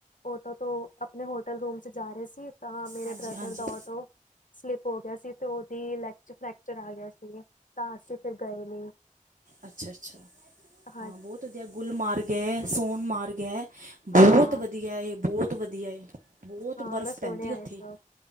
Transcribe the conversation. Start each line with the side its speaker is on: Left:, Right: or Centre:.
Left: ਔਟੋ ਤੋਂ, ਆਪਣੇ ਹੋਟਲ ਰੂਮ 'ਚ ਜਾ ਰਹੇ ਸੀ। ਤਾਂ ਮੇਰੇ
Right: ਹਾਂਜੀ
Left: ਬ੍ਰਦਰ
Right: ਹਾਂਜੀ
Left: ਦਾ ਆਟੋ ਸਲਿਪ ਹੋ ਗਿਆ ਸੀ, ਤੇ ਉਹਦੀ ਲੈੱਗ 'ਚ ਫ੍ਰੈਕਚਰ ਆ ਗਿਆ ਸੀ। ਤਾਂ, ਅਸੀਂ ਫਿਰ ਗਏ ਨਹੀਂ।
Right: ਅੱਛਾ-ਅੱਛਾ,
Left: ਹਾਂਜੀ
Right: ਹਾਂ ਬਹੁਤ ਵਧੀਆ, ਗੁਲ ਮਾਰਗ ਐ, ਸੋਨ ਮਾਰਗ ਐ
Left: ਹਾਂ
Right: ਬੋਤ ਵਧੀਆ ਏ, ਬੋਤ ਵਧੀਆ ਏ। ਬੋਤ
Left: ਹਾਂ
Right: ਬਰਫ਼
Left: ਮੈਂ ਸੁਣਿਆ
Right: ਪੈਂਦੀ ਓਥੇ
Left: ਇਹ ਸਭ